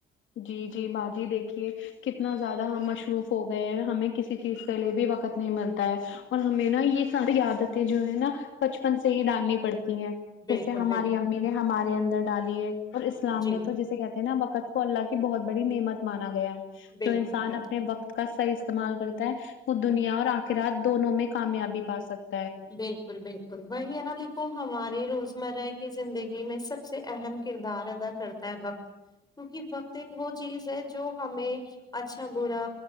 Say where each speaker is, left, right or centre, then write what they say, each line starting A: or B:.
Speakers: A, on the left (about 75°); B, on the left (about 20°).
A: جی جی باجی دیکھیے کتنا زیادہ ہم مصروف ہو گئے ہیں ہمیں کسی چیز کے لیے بھی وقت نہیں ملتا ہے اور ہمیں نا یہ ساری عادت تی جو ہے نا بچپن سے ہی ڈالنی پڑتی ہیں
B: بالکل
A: جیسے ہماری
B: بالکل
A: امی نے ہمارے اندر ڈالی ہے اور اسلام
B: جی
A: میں تو جسے کہتے ہیں نا وقت کو اللہ کی بہت بڑی نعمت مانا گیا ہے
B: بالکل
A: تو انسان
B: بالکل
A: اپنے وقت کا صحیح استعمال کرتا ہے وہ دنیا اور آخرات دونوں میں کامیابی پا سک
B: بالکل بالکل وہی ہے نا دیکھو ہمارے روزمرہ کی زندگی میں سب سب سے اہم کردار ادا کرتا ہے وقت کیونکہ وقت ایک وہ چیز ہے جو ہمیں اچھا برا